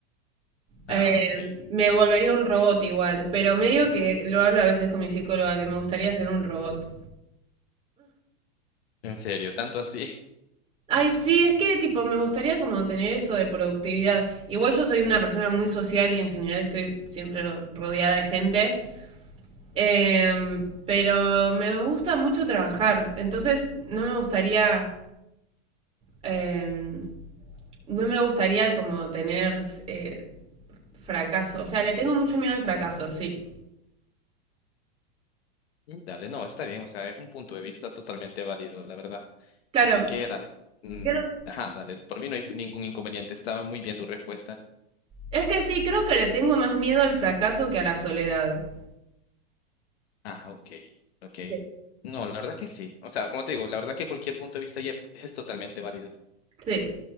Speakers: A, on the left; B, on the right.
A: Ah,
B: Eh,
A: ok.
B: me volvería un robot igual, pero medio que lo hablo a veces con mi psicóloga, que me gustaría ser un robot.
A: En serio, tanto así.
B: Ay, sí, es que tipo, me gustaría como tener eso de productividad. Igual yo soy una persona muy social y en general estoy siempre ro- rodeada de gente. Em, pero me gusta mucho trabajar, entonces no me gustaría, em, no me gustaría como tener eh, fracaso, o sea, le tengo mucho miedo al fracaso, sí.
A: Mm, Dale, no, está bien, o sea, es un punto de vista totalmente válido, la verdad.
B: Claro,
A: Así que dale. Mm,
B: creo-
A: ajá, dale, por mí no hay ningún inconveniente, estaba muy bien tu respuesta.
B: es que sí, creo que le tengo más miedo al fracaso que a la soledad.
A: Ah, ok, ok.
B: Sí.
A: No, la verdad que sí, o sea, como te digo, la verdad que cualquier punto de vista ya es totalmente válido.
B: Sí.